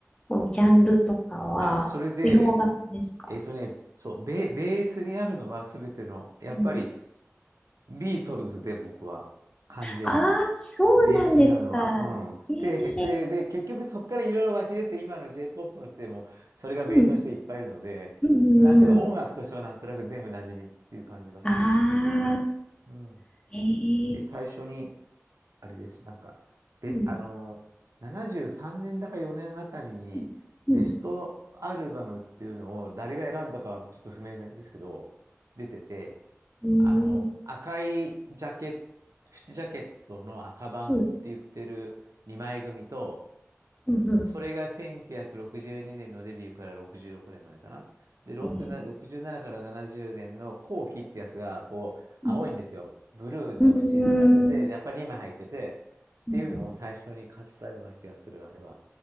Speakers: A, on the left (about 20°); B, on the right (about 90°).
A: こうジャンルとかは、
B: あ、それで、
A: 洋楽ですか
B: えっとね、そう、ベ、ベースにあるのは全ての、やっぱり
A: うん
B: ビートルズで僕は完全に
A: ああ、そうなんですか。
B: ベースにあるのは、うん。
A: え
B: 底辺で、
A: え
B: で、結局そこからいろいろ湧き出て今の J-POP の人でもそれがベースの人いっぱいいるので、
A: うん、うん、
B: なんていうか音楽としてはなんとなく全部馴染みっていう感じはするんですけど、
A: うん。ああ、
B: うん。
A: え
B: で、最初に、
A: え
B: あれです、なんか、べ、
A: うん、
B: あの、73年だか4年あたりにベストアルバムっていうのを誰が選んだかはちょっと不明ですけど、
A: うん、うん、
B: 出てて、
A: うん、
B: あの、
A: うん、
B: 赤いジャケット、縁ジャケットの赤版って言ってる2枚組と、
A: うん、うん
B: それが1962年のデビューから66年までかな。で、6な67から70年の後期ってやつが、
A: ええ
B: こう、青いんですよ。
A: うん、
B: ブルーの縁になってて、
A: うん、うん
B: やっぱり今入ってて、っていうのを最初に買ったような気がする、
A: うん
B: あれは。